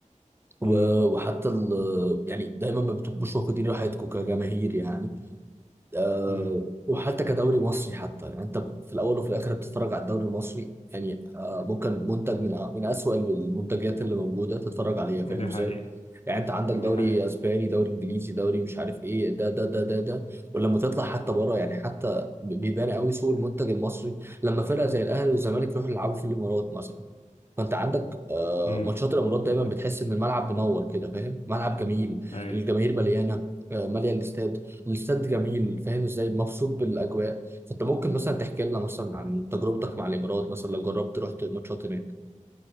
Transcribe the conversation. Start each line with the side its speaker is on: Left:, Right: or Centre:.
Right: و...
Left: امم
Right: وحتى ال... يعني دايما ما بتبقوش واخدين راحتكم كجماهير يعني آه
Left: امم
Right: وحتى كدوري مصري حتى يعني انت في الاول وفي الاخر بتتفرج على الدوري المصري يعني آه ممكن منتج من أ- من اسوأ المنتجات اللي موجوده تتفرج عليها
Left: دي
Right: فاهم ازاي؟
Left: حقيقة
Right: يعني انت عندك
Left: دي
Right: دوري
Left: حقيقة
Right: اسباني دوري انجليزي دوري مش عارف ايه ده ده ده ده ده ولما تطلع حتى بره يعني حتى بيبان قوي سوق المنتج المصري لما فرقه زي الاهلي والزمالك يروحوا يلعبوا في الامارات مثلا فانت عندك آه،
Left: امم
Right: ماتشات الامارات دايما بتحس ان الملعب منور كده فاهم ملعب جميل
Left: اي
Right: الجماهير مليانه آه، ماليه الاستاد الاستاد جميل فاهم ازاي مبسوط بالاجواء فانت ممكن مثلا تحكي لنا مثلا عن تجربتك مع الامارات مثلا لو جربت رحت ماتشات هناك